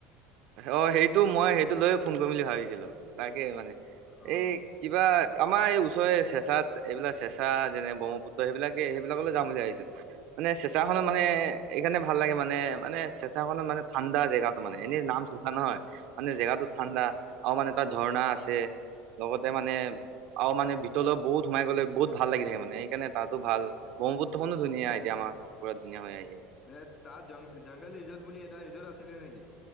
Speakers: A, on the right (about 60°); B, on the left (about 40°).
A: অ সেইটো মই সেইটো লৈয়ে ফোন কৰিম বুলি ভাবিছিলো তাক। কি হল মানে
B: অ
A: এই কিবা আমাৰ এই ও চেচাত এইবিলাক চেচা যেনে ব্ৰহ্মপুত্ৰ সেইবিলাকে সেইবিলাকলৈ যাম বুলি ভাবিছোঁ। মানে চেঁচাখনত মানে এইকাৰণে ভাল লাগে মানে মানে চেঁচাখনত মানে ঠাণ্ডা জেগা। মানে এনেই নাম চেঁচা নহয় মানে জেগাটো ঠাণ্ডা আৰু মানে তাত ঝৰ্ণা আছে। লগতে মানে আও মানে ভিতৰলৈ বহুত সোমাই গলে বহুত ভাল লাগি থাকে মানে সেইকাৰনে তাতো ভাল ব্ৰহ্মপু্ত্ৰখনো ধুনীয়া এতিয়া মানে পুৰা ধুনীয়া হয় আহি আছে
B: এ তাত জং জংঘল ৰিজৰ্ট বুলি এটা ৰিজৰ্ট আছিলে নেকি?